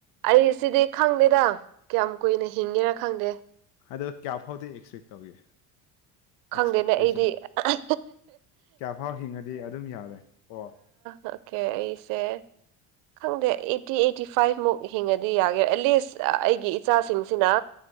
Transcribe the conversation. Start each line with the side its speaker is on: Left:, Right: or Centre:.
Right: ꯑꯩ ꯁꯤꯗꯤ ꯈꯪꯗꯦꯗꯪ ꯀꯌꯥꯝ ꯀꯨꯏꯅ ꯍꯤꯡꯉꯦꯔ ꯈꯪꯗꯦ꯫
Left: ꯑꯗꯣ ꯀꯌꯥ ꯐꯥꯎꯗꯤ ꯑꯦꯛꯁꯄꯦꯛ ꯇꯧꯒꯦ꯫
Right: ꯈꯪꯗꯦꯅꯦ
Left: ꯑꯦꯛꯁꯄꯦꯛꯇꯦꯁꯟ
Right: ꯑꯩꯗꯤ ꯑꯥ
Left: ꯀꯌꯥꯐꯥꯎ ꯍꯤꯡꯉꯗꯤ ꯑꯗꯨꯝ ꯌꯥꯔꯦ ꯑꯣ
Right: ꯑꯣꯀꯦ ꯑꯩꯁꯦ꯫ ꯈꯪꯗꯦ ꯑꯩꯠꯇꯤ ꯑꯩꯠꯇꯤ ꯐꯥꯏꯚꯃꯨꯛ ꯍꯤꯡꯉꯗꯤ ꯌꯥꯒꯦ ꯑꯦꯠꯂꯤꯁ ꯑꯩꯒꯤ ꯏꯆꯥꯁꯤꯡꯁꯤꯅ